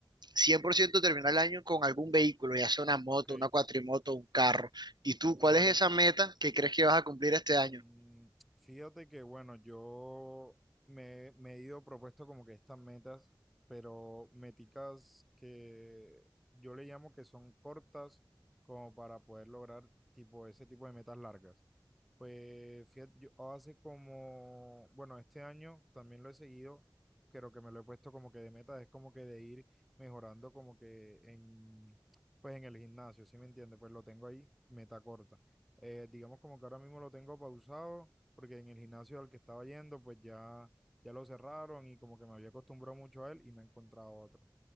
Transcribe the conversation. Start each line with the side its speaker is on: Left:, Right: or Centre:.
Right: 100% terminar el año con algún vehículo, ya sea una moto,
Centre: ok,
Right: una cuatrimoto, un carro. ¿Y tú cuál
Centre: vale.
Right: es esa meta que crees que vas a cumplir este
Centre: Mm,
Right: año?
Centre: Fíjate que, bueno, yo me, me he ido propuesto como que estas metas, pero meticas que yo le llamo que son cortas como para poder lograr tipo ese tipo de metas largas. Pues fíjate, yo hace como, bueno, este año también lo he seguido, creo que me lo he puesto como que de meta, es como que de ir mejorando como que en, pues en el gimnasio, ¿sí me entiendes? Pues lo tengo ahí, meta corta. Eh, digamos como que ahora mismo lo tengo pausado, porque en el gimnasio al que estaba yendo, pues ya, ya lo cerraron y como que me había acostumbrado mucho a él y no he encontrado otro.